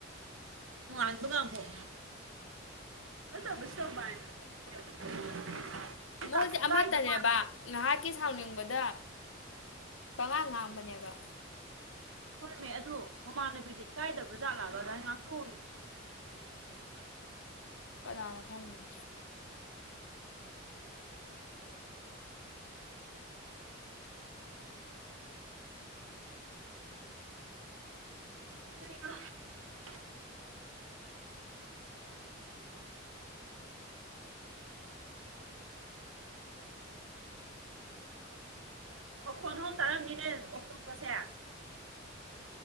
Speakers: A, on the right (about 90°); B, on the left (about 80°).
A: ꯅꯣꯡꯉꯥꯟꯕꯒꯥ ꯑꯃꯨꯛ <unintelligible>
B: ꯃꯣꯏꯁꯦ
A: ꯏꯀꯥꯏꯗ
B: ꯑꯃꯠꯇꯅꯦꯕ
A: ꯃꯥꯜꯂꯦ
B: ꯉꯍꯥꯛꯀꯤ ꯁꯥꯎꯅꯤꯡꯕꯗ ꯄꯉꯥꯡ ꯉꯥꯡꯕꯅꯦꯕ
A: ꯍꯣꯏꯃꯦ ꯑꯗꯣ ꯃꯃꯥꯟꯅꯕꯤꯗ ꯏꯀꯥꯏꯗꯕ ꯖꯥꯠꯂꯥꯑꯕ ꯑꯗꯥꯏꯟ ꯉꯥꯛꯊꯣꯛꯎꯔꯤꯗꯣ
B: ꯀꯅꯥꯅ ꯈꯪꯕꯅꯣ
A: <unintelligible> ꯃꯈꯣꯟ ꯍꯧ ꯇꯥꯔꯝꯅꯤꯅꯦ ꯑꯣꯛꯇꯣꯕꯔꯁꯦ